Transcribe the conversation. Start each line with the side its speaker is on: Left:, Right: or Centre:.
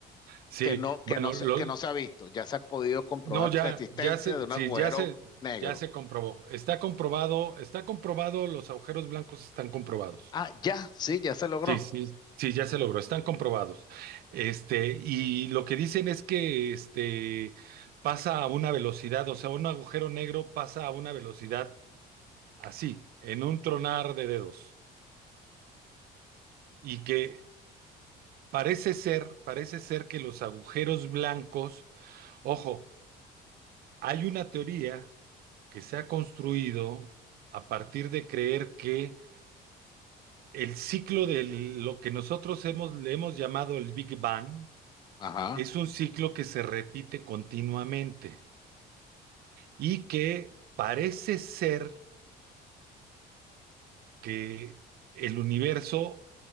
Right: Sí,
Left: que no, que
Right: bueno,
Left: no se,
Right: los,
Left: que no se ha visto. Ya se ha podido comprobar
Right: no, ya,
Left: la existencia
Right: ya se,
Left: de un
Right: sí,
Left: agujero
Right: ya se,
Left: negro.
Right: ya se comprobó. Está comprobado, está comprobado, los agujeros blancos están comprobados.
Left: Ah, ya, sí, ya se logró.
Right: Sí, sí, sí, ya se
Left: Ah.
Right: logró, están comprobados. Este, y lo que dicen es que este pasa a una velocidad, o sea, un agujero negro pasa a una velocidad así, en un tronar de dedos. Y que parece ser, parece ser que los agujeros blancos, ojo, hay una teoría que se ha construido a partir de creer que el ciclo de lo que nosotros hemos, le hemos llamado el Big Bang
Left: Ajá,
Right: es un ciclo que se repite continuamente y que parece ser que el universo